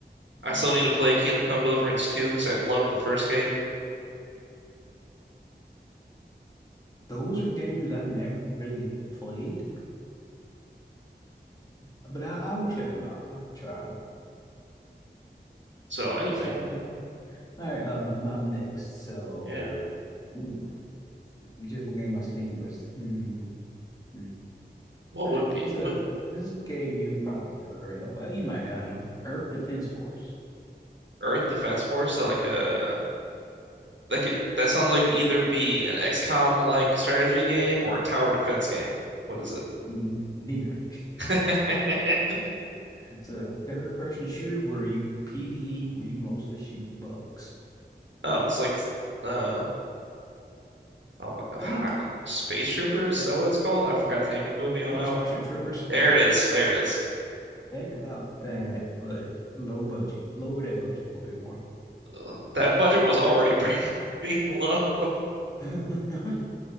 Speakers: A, on the left; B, on the right.
A: Mhm.
B: I still need to play Kingdom Come Deliverance 2 because I loved the first game.
A: Those are games I never really played, but I, I will check them out. I'll try them.
B: So anyway,
A: Beat Skyrim. All right, um, I'm next. So,
B: yeah,
A: ooh, I'm just looking at my Steam list. Hmm. Hmm.
B: what
A: All
B: would
A: right,
B: be
A: it's a
B: put
A: this is a game you probably never heard of. Uh, You might, I don't know. Earth Defense Force.
B: Earth Defense Force that like uh that could that sounds like it could either be an XCOM like strategy game or a tower defense game. What is it?
A: N neither. <laughs>
B: <laughs>
A: It's a third person shooter where you PvE where you mostly shoot bugs.
B: Oh, it's like uh oh my God,
A: Think
B: hi- Space Troopers,
A: think uh
B: is that what it's called?
A: I
B: I
A: mean,
B: forgot the name of the movie. Oh
A: no
B: no.
A: Starship Troopers.
B: There
A: Yeah.
B: it is. There it is.
A: Think about that, but low budget. Lower that budget a little bit more.
B: Ugh, that budget was already pretty, <laughs> pretty low. <laughs>
A: <laughs>